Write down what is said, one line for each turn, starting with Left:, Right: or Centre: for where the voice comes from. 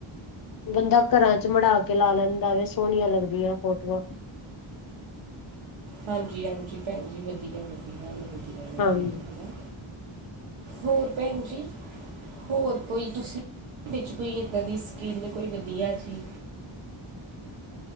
Left: ਬੰਦਾ ਘਰਾਂ ਚ ਮੜਾ ਕੇ ਲਾ ਲੈਂਦਾ ਵੇ, ਸੋਹਣੀਆਂ ਲੱਗਦੀਆਂ ਫੋਟੋਆਂ।
Right: ਹਾਂਜੀ-ਹਾਂਜੀ, ਭੈਣ ਜੀ ਵਧੀਆ-ਵਧੀਆ ਲੱਗਦੀਆਂ ਨੇ
Left: ਹਾਂਜੀ
Right: ਬੜੀਆਂ ਹੈ ਨਾ। ਹੋਰ ਭੈਣ ਜੀ? ਹੋਰ ਕੋਈ ਤੁਸੀਂ ਵਿੱਚ ਕੋਈ ਇੱਦਾਂ ਦੀ ਸਕੀਲ ਕੋਈ ਵਧੀਆ ਜੀ?